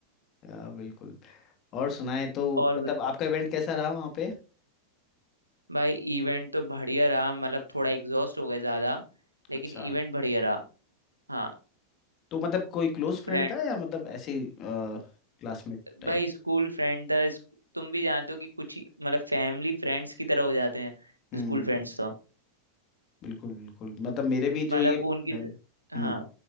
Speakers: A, on the left; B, on the right.
A: अ, बिल्कुल और सुनाए तो
B: और
A: मतलब
B: ब-
A: आपका इवेंट कैसा रहा वहाँ पे
B: भाई इवेंट तो बढ़िया रहा मतलब थोड़ा एग्जॉस्ट हो गए ज्यादा लेकिन
A: अच्छा
B: इवेंट बढ़िया रहा हाँ
A: तो मतलब कोई क्लोज फ्रेंड
B: फ्रेंड
A: था या मतलब ऐसे क्लासमेट टाइप
B: भाई स्कूल फ्रेंड था इस- तुम भी जानते हो कि कुछ ही मतलब फैमिली फ्रेंड्स की तरह हो जाते हैं
A: हम्म
B: स्कूल फ्रेंड्स तो
A: बिल्कुल बिल्कुल मतलब मेरे
B: मतलब
A: भी जो ये friend-
B: उनके स- हाँ
A: हम्म